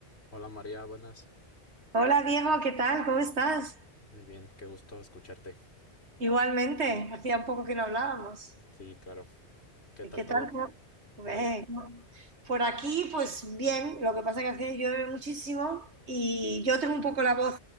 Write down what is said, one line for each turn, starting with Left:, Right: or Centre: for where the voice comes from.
Left: Hola María, buenas.
Right: Hola Diego, ¿qué tal? ¿Cómo estás?
Left: Muy bien, qué gusto escucharte.
Right: Igualmente, hacía un poco que no hablábamos.
Left: Sí, claro. ¿Qué
Right: ¿Y
Left: tal
Right: qué
Left: todo
Right: tal? ¿Cómo-
Left: por
Right: Eh,
Left: allá?
Right: Por aquí, pues bien, lo que pasa que hace llueve muchísimo y yo tengo un poco la voz